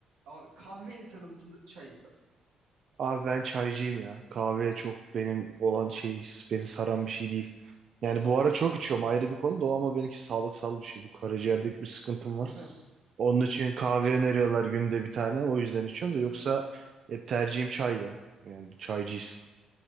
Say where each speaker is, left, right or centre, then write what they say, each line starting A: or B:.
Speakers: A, on the right (about 90°); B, on the right (about 55°).
A: Abi kahve insanı mısındır, çay insanı?
B: Abi ben çaycıyım ya. Kahve çok benim olan şey, beni saran bir şey değil. Yani bu ara çok içiyorum ayrı bir konu da o ama benimki sağlıksal bir şey. Bu karaciğerdeki bir sıkıntım
A: <laughs>
B: var. Onun için kahve
A: Ha geçmiş
B: öneriyorlar
A: olsun.
B: günde bir tane. O yüzden içiyorum da yoksa hep tercihim çay ya. Yani çaycıyız.